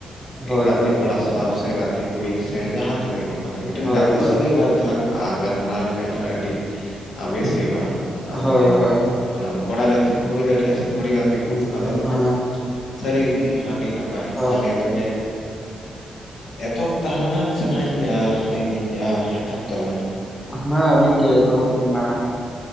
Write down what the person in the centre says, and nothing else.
ᱦᱳᱭ
ᱦᱳᱭ
ᱦᱳᱭ
ᱦᱳᱭ
ᱦᱳᱭ ᱦᱳᱭ
ᱦᱳᱭᱛᱚ
ᱦᱮᱸ
ᱦᱳᱭ
ᱦᱮᱸ ᱢᱟ ᱟᱹᱵᱤᱱ ᱜᱮ ᱮᱛᱚᱦᱚᱵ ᱵᱤᱱ ᱢᱟᱲᱟᱝ᱾